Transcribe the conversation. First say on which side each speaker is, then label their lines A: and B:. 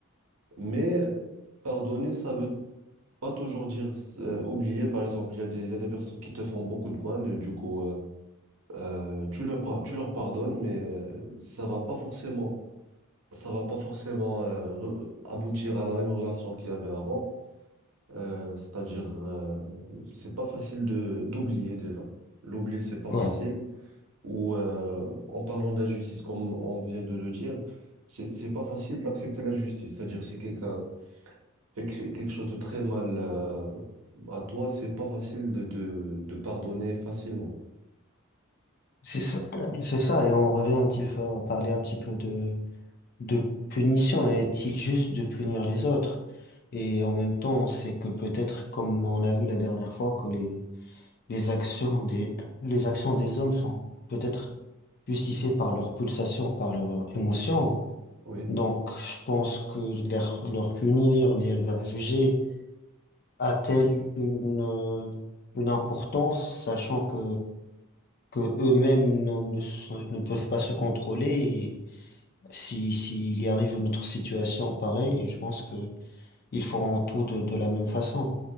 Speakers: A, on the right (about 80°); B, on the left (about 45°).
A: Mais pardonner, ça veut pas toujours dire euh, oublier. Par exemple, il y a des, il y a des personnes qui te font beaucoup de mal et du coup, euh, euh, tu leur, par- tu leur pardonnes, mais euh, ça va pas forcément ça va pas forcément euh, re- aboutir à la même relation qu'il y avait avant. Euh, c'est-à-dire, euh, c'est pas facile de d'oublier déjà. L'oublier, c'est pas
B: Ouais,
A: facile. Ou euh, en parlant d'injustice, comme on vient de le dire, c'est c'est pas facile d'accepter l'injustice. C'est-à-dire, si quelqu'un fait que- quelque chose de très mal euh, à toi, c'est pas facile de, de, de pardonner facilement.
B: c'est ça. <clears throat> C'est ça. Et on revient un petit peu, on parlait un petit peu de, de punition. Est-il juste de punir les autres? Et en même temps, c'est que peut-être, comme on a vu la dernière fois, que les, les actions des, <clears throat> les actions des hommes sont peut-être justifiées par leur pulsation, par leurs émotions.
A: Oui,
B: Donc, je pense que leur, leur punir, les- leur juger, a-t-elle une, euh, une importance, sachant que, que eux-mêmes ne, ne, sont- ne peuvent pas se contrôler et si, s'il y arrive une autre situation pareille, je pense que ils feront tout de, de la même façon.